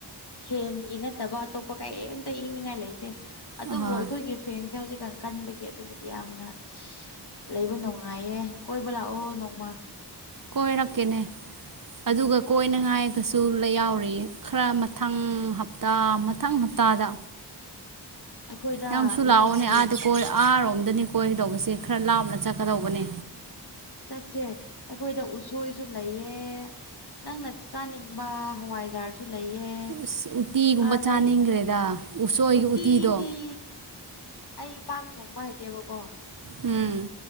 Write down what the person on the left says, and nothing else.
ꯐꯦꯟꯒꯤ ꯅꯠꯇꯕ ꯑꯇꯣꯞꯄ ꯀꯩꯝꯇ ꯏꯪꯅꯤꯡꯉꯥꯏ ꯂꯩꯇꯦ ꯑꯗꯨꯕꯨ
ꯑꯩꯈꯣꯏꯒꯤ ꯐꯦꯟꯁꯦ ꯍꯧꯖꯤꯛꯀꯥꯟ ꯀꯟꯕꯒꯤ ꯑꯗꯨꯕꯨꯗꯤ ꯌꯥꯝꯅ ꯂꯩꯕ ꯅꯨꯡꯉꯥꯏꯌꯦ ꯀꯣꯏꯕ ꯂꯥꯛꯑꯣ ꯅꯣꯡꯃ
ꯑꯩꯈꯣꯏꯗ
ꯎꯁꯣꯏ
ꯆꯠꯁꯦ ꯑꯩꯈꯣꯏꯗ ꯎꯁꯣꯏꯁꯨ ꯂꯩꯌꯦ꯫ ꯅꯪꯅ ꯆꯥꯅꯤꯡꯕ ꯍꯋꯥꯏꯖꯥꯔ ꯁꯨ ꯂꯩꯌꯦ
ꯑ
ꯂꯩ
ꯎꯠꯇꯤꯗꯤ
ꯑꯩ ꯄꯥꯛ ꯊꯣꯡꯕ ꯍꯩꯇꯦꯕꯀꯣ